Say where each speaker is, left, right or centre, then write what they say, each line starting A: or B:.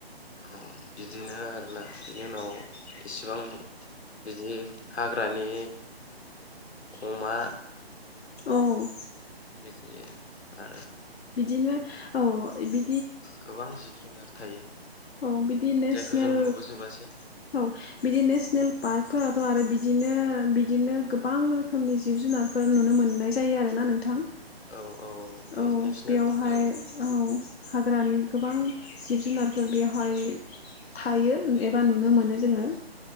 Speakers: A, on the left; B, on the left.
A: ओ बिदिनो आरोना बिनि उनाव इसिबां बिदि हाग्रानि अमा
B: औ
A: बिदि आ
B: बिदिनो औ बि
A: गोबां जिब-जुनार थायो
B: औ बिदि नेसनेल
A: जायखौ जों नुबोजोबासै
B: औ बिदि नेसनेल पार्कफोराथ' आरो बिदिनो-बिदिनो गोबां रोखोमनि जिब-जुनारफोर नुनो मोननाय जायो आरोना नोंथां
A: औ औ बे
B: औ
A: नेसनेल
B: बेयावहाय
A: पार्क नालाय
B: औ हाग्रानि गोबां जिब जुनारफोर बेवहाय थायो एबा नु नुनो मोनो जोङो।